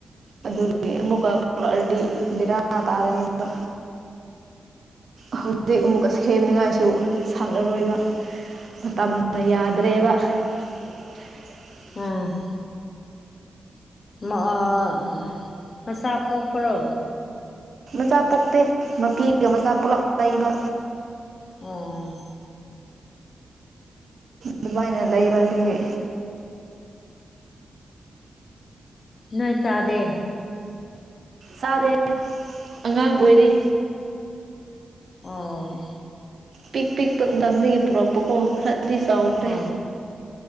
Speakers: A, on the right; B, on the left.
A: ꯑꯗꯨꯒꯤ ꯑꯃꯨꯛꯀ ꯄꯣꯛꯂꯛꯔꯗꯤ ꯕꯤꯔꯥꯅꯥ ꯇꯥꯗꯅꯤ ꯑꯗꯨꯅ ꯍꯣꯏ ꯍꯧꯖꯤꯛ ꯑꯃꯨꯛ ꯑ ꯁꯦꯝꯅꯤꯡꯉꯥꯏꯁꯨ ꯁꯡꯅꯔꯣꯏꯕ ꯃꯇꯝꯅ ꯌꯥꯗ꯭ꯔꯦꯕ <unintelligible>
B: ꯎꯝ ꯑꯥ ꯃꯆꯥ ꯄꯣꯛꯄ꯭ꯔꯣ
A: ꯃꯆꯥ ꯄꯣꯛꯇꯦ ꯃꯄꯤꯒ ꯃꯆꯥ ꯄꯨꯜꯂꯞ ꯂꯩꯕ
B: ꯑꯣ
A: ꯗꯨꯕꯥꯏꯅ ꯂꯩꯕ ꯑꯗꯨꯒꯤ
B: ꯅꯣꯏ ꯇꯥꯗꯦ
A: ꯆꯥꯗꯦ ꯑꯉꯥꯡ ꯑꯣꯏꯔꯤ
B: ꯑꯣ
A: ꯄꯤꯛ ꯄꯤꯛꯄ ꯃꯇꯝꯗꯒꯤ ꯄꯨꯔꯛꯄꯀꯣ ꯈꯔꯗꯤ ꯆꯥꯎꯈ꯭ꯔꯦ
B: ꯑꯣ